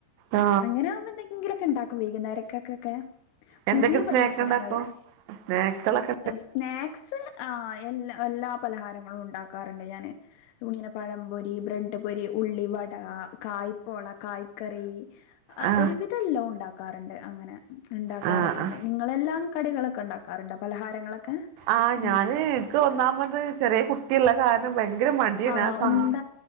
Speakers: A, on the right; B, on the left.
A: ആ
B: അങ്ങനെ ആകുമ്പോ എന്തെങ്കിലുക്കെ ഇണ്ടാക്കും വൈകുന്നേരക്കൊക്കെ
A: എന്തൊക്കെ
B: പുതിയ
A: സ്നാക്ക്
B: പരീശണങ്ങള്
A: ഉണ്ടാക്കും സ്നാക്കുകളൊക്കെ
B: സ്നാക്സ് ആ എല്ലാ എല്ലാ പലഹാരങ്ങളും ഉണ്ടാക്കാറുണ്ട് ഞാന് ഇങ്ങനെ പഴം പൊരി ബ്രെഡ് പൊരി, ഉള്ളിവട, കായ്പോള, കായ്ക്കറി
A: ആ
B: ഒരുവിധെല്ലാം ഉണ്ടാ അകരണ്ട് അങ്ങനെ ണ്ടാക്കാറൊക്കെണ്ട്
A: ആ ആ
B: നിങ്ങളെല്ലാം കടികളൊക്കെ ണ്ടാക്കാർണ്ടോ പലഹാരങ്ങളൊക്കെ
A: ആഹ്
B: ഉം
A: ഞാന് എനിക്ക് ഒന്നാമത് ചെറിയ കുട്ടിയുള്ള കാരണം ഭയങ്കര മടിയാണ്
B: ആ
A: സം
B: ഉണ്ട